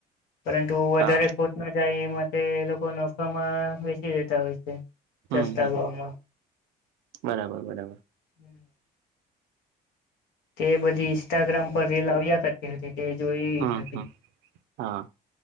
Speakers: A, on the left (about 85°); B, on the right (about 85°).
A: પરંતુ વધારે
B: હા
A: ખોટ ના જાય એ માટે લોકો નફામાં વેચી દેતા હોય છે. સસ્તા
B: હમ હમ
A: ભાવામાં.
B: બરાબર બરાબર.
A: <unintelligible> તે બધી ઇન્સ્ટાગ્રામ પર રીલ આવ્યા કરતી હતી તે જોઈ
B: હમ
A: હતી.
B: હમ હા